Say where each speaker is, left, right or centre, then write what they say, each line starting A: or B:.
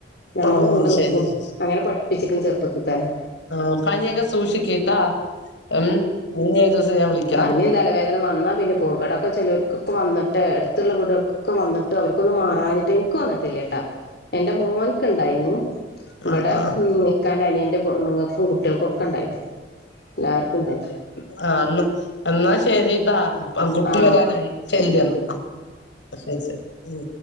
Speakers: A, on the left; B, on the left.
A: നമ്മള്
B: ഓ
A: കൂടെ
B: ശരി
A: നിക്കും.
B: ശരി
A: അങ്ങനെ പഠിപ്പിച്ചിക്ക്ണ് ചെറുപ്പത്തിൽ തന്നെ.
B: ഉം പനിയൊക്കെ സൂക്ഷിക്ക്ട്ടോ. ഉം ഇനി ഒരു ദിവസം ഞാൻ വിളിക്കാം
A: പനിയും തലവേദന വന്നാ പിന്നെ പോക്ക വടൊക്കെ ചെലോർക്ക്പ്പം വന്നിട്ട് അടുത്ള്ള വീട്കൾക്കൊക്കെ വന്നിട്ട് അവർക്കൊന്നു മാറാഞ്ഞിട്ട് ഇന്ക്ക് വന്നിട്ടില്യട്ടോ എന്റെ മോൻക്ക് ണ്ടായിനി ഇവടെ
B: ആ ആ
A: ഇക്കാന്റെ അനിയന്റെ പെണ്ണ്ങ്ങ ക്കും കുട്ട്യാൾക്കൊക്കെണ്ടായിന്നു എല്ലാർക്കുണ്ടായി
B: ആഹ് ന്ന് എന്നാ ശരിട്ടാ കുട്ടി
A: ആ
B: വരാനായി ശരിയെന്ന ആ ശരി ശരി ഉം